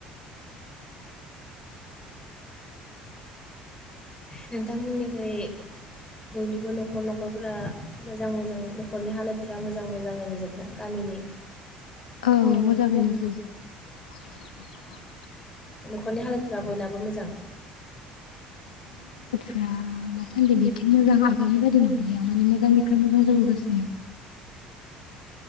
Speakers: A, on the left (about 20°); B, on the left (about 80°).
A: नोंथांमोननिखै बयनिबो न'खर न'खरफ्रा मोजां मोजां न'खरनि हालोदफ्रा मोजां मोजाङै नोजोबना गामिनि?
B: औ मोजाङैनो जोब
A: न'खरनि हालोदफोरा बयनाबो मोजां?
B: ब्रियाद दासान्दि बेथिं मोजां आगोलनि बायदि नंलिया माने मोजांनिफ्राय मोजां जाबोगासिनो